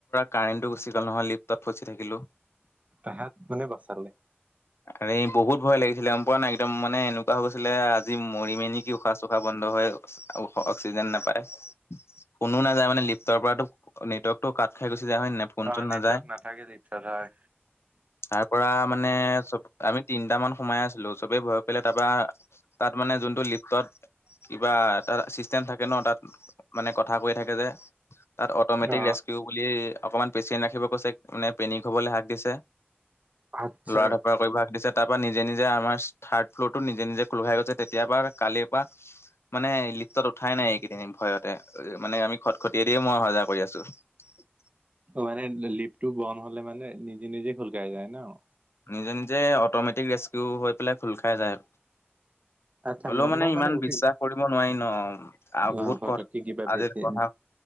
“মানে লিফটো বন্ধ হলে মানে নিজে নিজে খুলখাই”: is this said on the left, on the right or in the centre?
Right